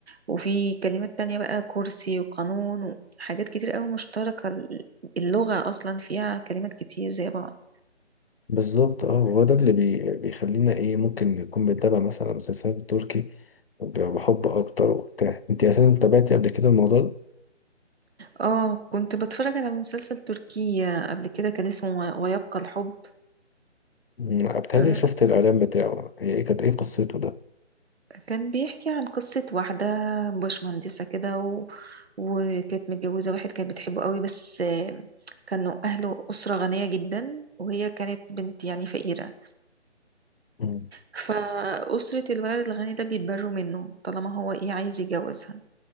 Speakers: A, on the right; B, on the left.
A: وفي كلمات تانية بقى كرسي وقانون وحاجات كتير قوي مشتركة ال- اللغة اصلا فيها كلمات كتير زي بعض
B: بالظبط اه وهو ده اللي بي... بيخلينا ايه ممكن نكون بنتابع مثلا مسلسلات تركي ب- بحب اكتر وبتاع انت اساسا تابعتي قبل كده الموضوع ده
A: اه كنت بتفرج على مسلسل تركي قبل كده كان اسمه ويبقى الحب
B: مم، بتهيألي
A: آه،
B: شفت الاعلان بتاعه هي ايه كانت ايه قصته ده
A: كان بيحكي عن قصة واحدة بشمهندسة كده و... وكانت متجوزة واحد كانت بتحبه قوي بس آه، كانوا أهله أسرة غنية جدا وهي كانت بنت يعني فقيرة
B: مم.
A: فأسرة الولد الغني ده بيتبروا منه طالما هو إيه عايز يتجوزها